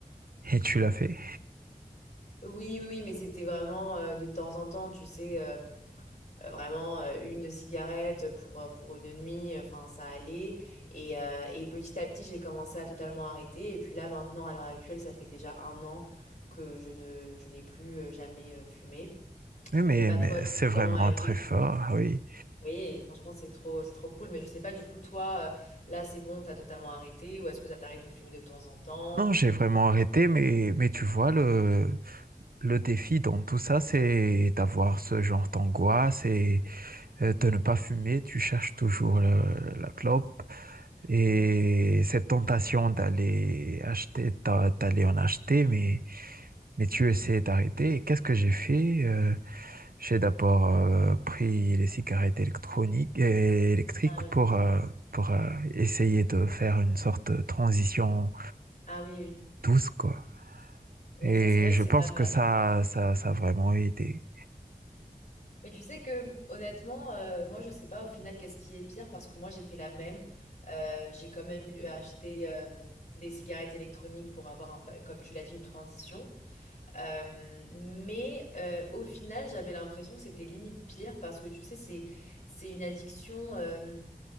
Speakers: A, on the right; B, on the left.
A: et tu l'as fait.
B: Oui, oui, oui, mais c'était vraiment euh, de temps en temps, tu sais, euh, euh, vraiment euh, une de cigarettes pour, euh, pour une nuit, euh, enfin ça allait. Et, euh, et petit à petit, j'ai commencé à totalement arrêter. Et puis là, maintenant, à l'heure actuelle, ça fait déjà un an que je ne, je n'ai plus euh, jamais euh, fumé.
A: Oui, mais,
B: Je sais pas
A: mais
B: toi, du
A: c'est
B: coup,
A: vraiment
B: comment a été.
A: très fort, oui.
B: Oui, et franchement, c'est trop, c'est trop cool. Mais je sais pas, du coup, toi, euh, là, c'est bon, t'as totalement arrêté, ou est-ce que ça t'arrive de fumer de temps en temps?
A: Non, j'ai vraiment arrêté, mais, mais tu vois, le, Le défi dans tout ça, c'est d'avoir ce genre d'angoisse et euh, de ne pas fumer. Tu cherches toujours le- la clope et
B: Mm.
A: cette tentation d'aller acheter, d'a- d'aller en acheter, mais, mais tu essaies d'arrêter. Et qu'est-ce que j'ai fait? Euh, j'ai d'abord euh, pris les cigarettes électroniques et électriques
B: Ah oui.
A: pour, euh, pour euh, essayer de faire une sorte de transition
B: Ah oui, oui.
A: douce, quoi.
B: Oui,
A: Et
B: ça, c'est vrai
A: je
B: que c'est
A: pense
B: pas mal.
A: que ça, ça, ça a vraiment aidé.
B: Mais tu sais que honnêtement, euh, moi je sais pas au final qu'est-ce qui est pire parce que moi j'ai fait la même. Euh, j'ai quand même eu à acheter euh, des cigarettes électroniques pour avoir un, pa- comme tu l'as dit, une transition. Euh, mais euh, au final, j'avais l'impression que c'était limite pire parce que tu sais, c'est c'est une addiction euh,